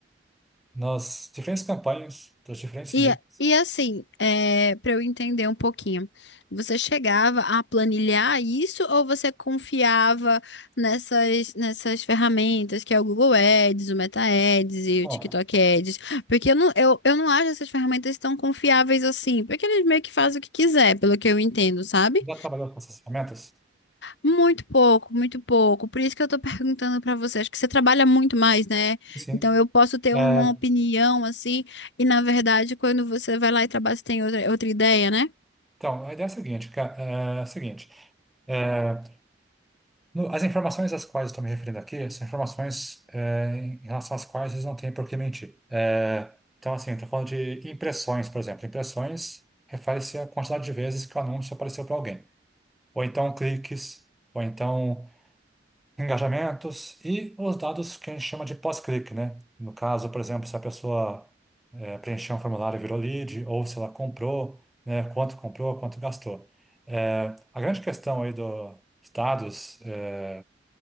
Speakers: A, in the centre; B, on the left.
A: nas diferentes campanhas dos diferentes
B: E,
A: mídias.
B: e assim, é, para eu entender um pouquinho, você chegava a planilhar isso ou você confiava nessas, nessas ferramentas que é o Google Ads, o Meta Ads e
A: Bom,
B: o TikTok Ads? Porque eu não, eu, eu não acho essas ferramentas tão confiáveis assim, porque eles meio que fazem o que quiser, pelo que eu entendo, sabe?
A: já trabalhou com essas ferramentas?
B: Muito pouco, muito pouco. Por isso que eu tô <laughs> perguntando pra você. Acho que você trabalha muito mais, né?
A: Sim.
B: Então eu posso ter
A: É,
B: uma opinião assim, e na verdade, quando você vai lá e trabalha, você tem outra, outra ideia, né?
A: então, a ideia é a seguinte, ca- é, é a seguinte é, no- as informações às quais eu estou me referindo aqui são informações é, em relação às quais eles não têm por que mentir. É, então, assim, estou falando de impressões, por exemplo. Impressões refere-se à quantidade de vezes que o anúncio apareceu para alguém. Ou então cliques, ou então engajamentos e os dados que a gente chama de pós-clique, né? No caso, por exemplo, se a pessoa eh, preencheu um formulário e virou lead, ou se ela comprou, né? Quanto comprou, quanto gastou. Eh, a grande questão aí do- dos dados, eh,